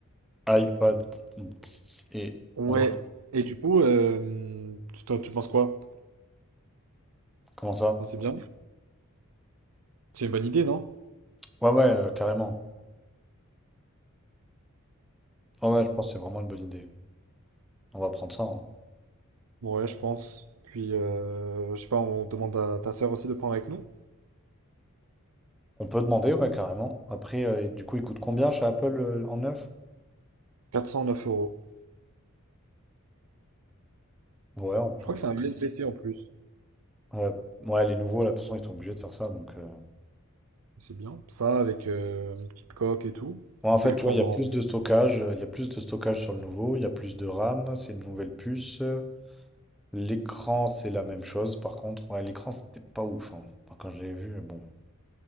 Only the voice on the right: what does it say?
ouais.
Et du coup, euh, tu, t'en- tu penses quoi?
Enfin, c'est bien. C'est une bonne idée, non?
Ouais, je pense. Puis, euh, je sais pas, on demande à ta sœur aussi de prendre avec nous.
409 euros.
Je crois que c'est un USB-C en plus.
C'est bien. Ça, avec euh, une petite coque et tout,
on
peut lui
prendre
en...